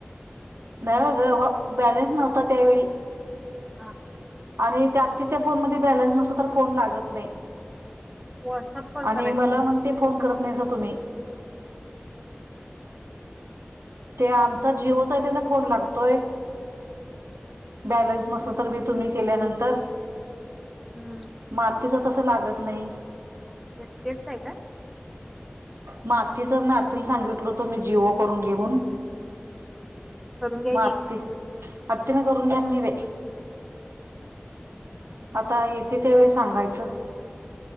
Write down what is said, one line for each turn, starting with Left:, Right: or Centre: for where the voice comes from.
Right: नाही ग बॅलेन्स नव्हता त्यावेळी
Centre: हा ह
Right: आणि ते आत्तीच्या फोनमध्ये बॅलन्स नसल तर फोन लागत नाही.
Centre: व्हॉट्सअप कॉल
Right: आणि
Centre: करायचं
Right: मला
Centre: मग
Right: म्हणते फोन करत नाहीसा तुम्ही ते आमचा जिओचा आहे त्यांना फोन लागतोय बॅलन्स नसल तर बी तुम्ही केल्यानंतर
Centre: हम्म.
Right: म आत्तीच तसं लागत नाही
Centre: तेच आहे ना
Right: मग आातीच, मी आतीला सांगितलत मी जिओ करून घे म्हणून
Centre: करून घ्यायनी
Right: मग आती आत्तीनं करुन घ्याय नाही बाई
Centre: हा, हा.
Right: आता येते त्यावेेळेस सांगायच,